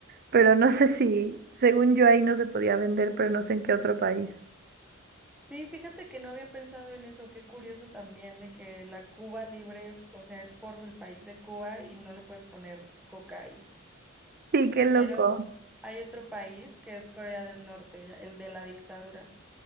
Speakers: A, on the right (about 50°); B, in the centre.
A: Pero no sé si, según yo ahí no se podía vender, pero no sé en qué otro país.
B: Sí, fíjate que no había pensado en eso, qué curioso también de que la Cuba libre es, o sea, es por el país de Cuba y no le puedes poner coca ahí.
A: Sí, qué
B: Pero
A: loco.
B: hay otro país que es Corea del Norte, el de la dictadura.